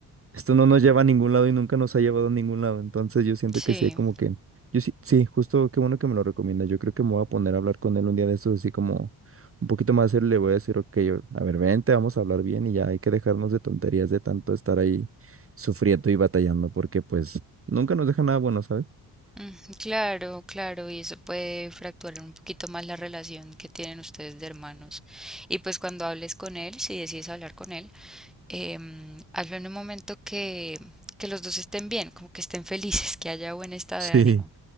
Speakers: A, on the right; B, in the centre.
A: esto no nos lleva a ningún lado y nunca nos ha llevado a ningún lado. Entonces yo siento
B: Sí,
A: que sí, como que, yo sí, sí, justo qué bueno que me lo recomienda. Yo creo que me voy a poner a hablar con él un día de estos, así como un poquito más serio, le voy a decir, ok, o- a ver, vente, vamos a hablar bien y ya hay que dejarnos de tonterías de tanto estar ahí sufriendo y batallando, porque pues nunca nos deja nada bueno, ¿sabes?
B: mm, claro, claro, y eso puede fracturar un poquito más la relación que tienen ustedes de hermanos. Y pues cuando hables con él, si decides hablar con él, em, hazlo en un momento que, que los dos estén bien, como que estén felices, que haya buen estado
A: Sí,
B: de ánimo.